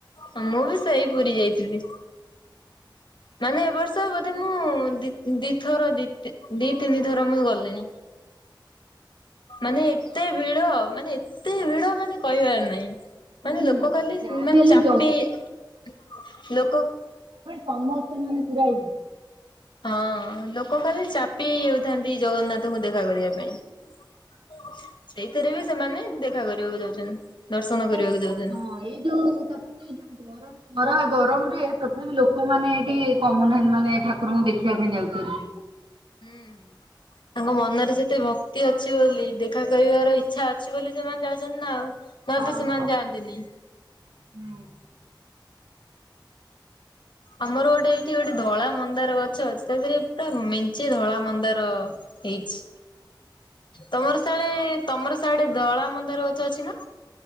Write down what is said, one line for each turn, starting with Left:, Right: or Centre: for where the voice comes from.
Left: ହୁଁ ମୁଁ ବି ସେଇ ପୁରୀ ଯାଇଥିଲି। ମାନେ ଏ ବର୍ଷ ବୋଧେ ମୁଁ ମୁଁ ଦି-ଦିଥର ଦି-ତି ଦି-ତିନି ଥର ମୁଁ ଗଲିଣି। ମାନେ ଏତେ ଭିଡ ମାନେ ଏତେ ଭିଡ ମାନେ କହିବାର ନାହିଁ।
Right: ହୁଁ।
Left: ମାନେ ଲୋକ କାଲି
Right: ଯାହା
Left: ମାନେ
Right: ବି ହେଲେ
Left: ଚାପି
Right: ଜ
Left: ହେଇ ଲୋକ
Right: ସମସ୍ତେ ମାନେ ପୁରା ଆଇ
Left: ହଁ ଲୋକ ଖାଲି ଚାପି ହେଇଯାଉଥାନ୍ତି ଜଗନ୍ନାଥଙ୍କୁ ଦେଖା କରିବା ପାଇଁ। ସେଇଥିରେ ବି ସେମାନେ ଦେଖା କରିବାକୁ ଯାଉଛନ୍ତି। ଦର୍ଶନ
Right: ତଥାପି
Left: କରିବାକୁ ଯାଉଛନ୍ତି।
Right: ହଁ। ଏଇ ଯୋଉ ତାପରେ ଏଇ ଯୋଉ ଗରମ ଖରା ଗରମରେ ତଥାପି ଲୋକମାନେ ଏଇଠି କମୁନାହାଁନ୍ତି ମାନେ ଠାକୁରଙ୍କୁ ଦେଖିବା ପାଇଁ ଯାଉଛନ୍ତି।
Left: ହୁଁ ହୁଁ। ତାଙ୍କ ମନରେ ସେତେ ଭକ୍ତି ଅଛି ବୋଲି, ଦେଖା କରିବାର ଇଚ୍ଛା ଅଛି ବୋଲି, ସେମାନେ ଯାଉଛନ୍ତି ନା ଆଉ। ନହେଲେ
Right: ହଁ
Left: ତ ସେମାନେ
Right: ହଁ।
Left: ଯାଆନ୍ତେନି।
Right: ହୁଁ।
Left: ଆମର ଗୋଟେ ଏଇଠି ଗୋଟେ ଧଳା ମନ୍ଦାର ଗଛ ଅଛି, ତା ଦେହରେ ପୁରା ମେଞ୍ଚେ ଧଳା ମନ୍ଦାର ହେଇଛି। ତମର ସାଳେ ତମର ସାଡେ ଧଳା ମନ୍ଦାର ଗଛ ଅଛି ନା?